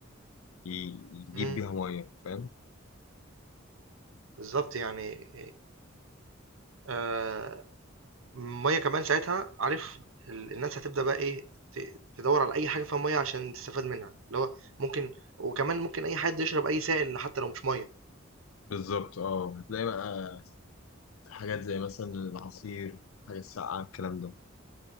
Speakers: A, on the left; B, on the right.
A: ي... يجيب
B: إمم،
A: بيها مياه فاهم
B: بالضبط يعني آآ المية كمان ساعتها عارف ال- الناس هتبدأ بقى ايه ت- تدور على اي حاجة فيها مية عشان تستفاد منها اللي هو ممكن وكمان ممكن اي حد يشرب اي سائل حتى لو مش مية
A: بالظبط اه هتلاقي بقى حاجات زي مثلا العصير حاجة الساقعة الكلام ده